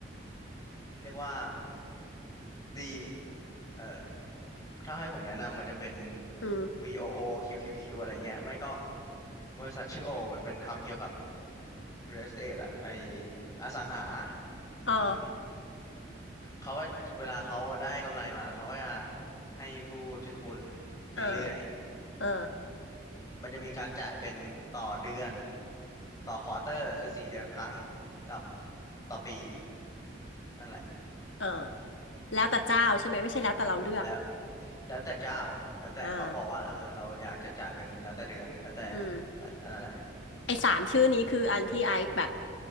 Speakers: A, on the left; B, on the left.
A: เรียกว่าดี เออ ถ้าให้ผมแนะนำมันจะเป็น
B: <laughs> อืม
A: VOO QQQ อโอคิวคิวคิวอะไรเงี้ย ไม่ก็บริษัทชื่อโอมันเป็นทำเกี่ยวกับ real estate อะไออสังหา
B: เออ
A: อืมเขาก็เวลาเขาได้กำไรมาเขาก็จะให้ผู้ถือหุ้นเรื่อย
B: เออเออ
A: ๆ มันจะมีการจ่ายเป็นต่อเดือน ต่อควอเตอร์คือสี่เดือนครั้งกับต่อปีนั่นแหละ
B: เออแล้วแต่เจ้าใช่ไหม ไม่ใช่แล้วแต่เราเลือก
A: แล้ว แล้วแต่เจ้า แล้วแต่เขาบอกว่า
B: อ่า
A: เออเราอยากจะจ่ายเป็นแล้วแต่เดือน แล้วแต่
B: อืม
A: แล้วอันนั้นแหละ
B: ไอ้สามชื่อนี้คืออันที่ไอแบบ